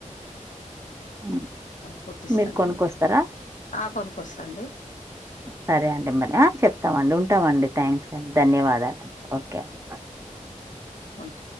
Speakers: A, on the right; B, on the left.
A: హ్మ్.
B: పుట్టిస్తాండి
A: మీరు కొనుక్కొస్తారా?
B: ఆ కొనుక వస్తాండి
A: సరే అండి మరి చెప్తామండి ఉంటామండి థ్యాంక్స్ అండి ధన్యవాదాలుడి ఓకే అండి
B: ఉంట